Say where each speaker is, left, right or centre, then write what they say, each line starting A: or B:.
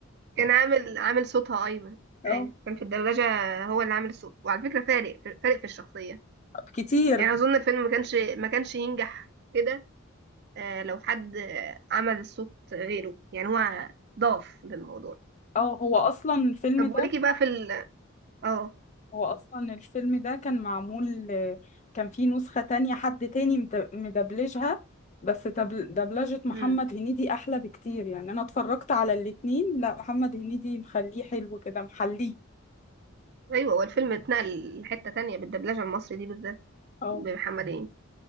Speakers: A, on the right; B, on the left.
A: كان عامل عامل صوتها ايمن
B: اه
A: ايوه كان في الدبلجه هو اللي عامل الصوت وعلى فكره فارق فارق في الشخصيه
B: كتير
A: يعني اظن الفيلم ما كانش ما كانش ينجح كده آه، لو حد آه، عمل الصوت غيره يعني هو ضاف للموضوع
B: اه هو اصلا الفيلم
A: طب
B: ده
A: وليكي بقى في ال اه
B: هو اصلا الفيلم ده كان معمول كان فيه نسخة تانية حد تاني مد- مدبلجها بس دبل- دبلجة محمد
A: امم
B: هنيدي احلى بكتير يعني انا اتفرجت على الاتنين لا محمد هنيدي مخليه حلو كده محليه
A: ايوه هو الفيلم اتنقل لحته تانية بالدبلجه المصري دي بالذات
B: اه
A: بمحمد هنيدي